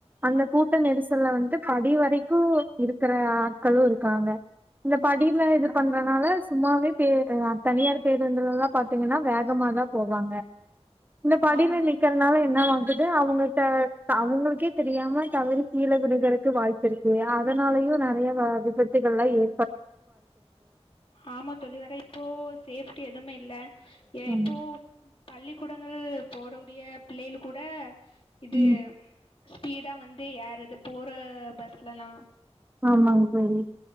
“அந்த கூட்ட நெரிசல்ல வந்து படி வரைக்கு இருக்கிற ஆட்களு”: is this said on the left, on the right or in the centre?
Right